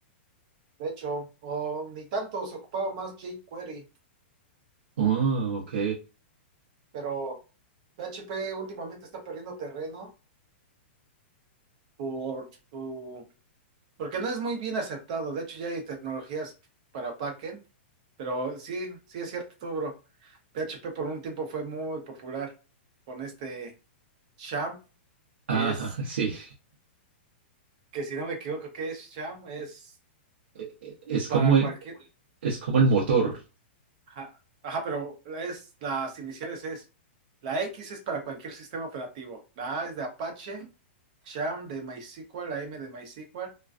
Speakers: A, on the right; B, on the right.
A: De hecho, o ni tanto se ocupaba más jQuery,
B: Ah, ok.
A: pero PHP últimamente está perdiendo terreno por su Porque no es muy bien aceptado. De hecho, ya hay tecnologías para backend, pero sí, sí es cierto, tú, bro. PHP por un tiempo fue muy popular con este Sham, que
B: Ah,
A: es,
B: <laughs> sí.
A: que si no me equivoco, ¿qué es Sham? Es
B: E- e- Es
A: para
B: como,
A: cualquier.
B: e, es como el motor.
A: Ajá, ajá, pero es las iniciales es. La X es para cualquier sistema operativo. La A es de Apache, Sham de MySQL, la M de MySQL,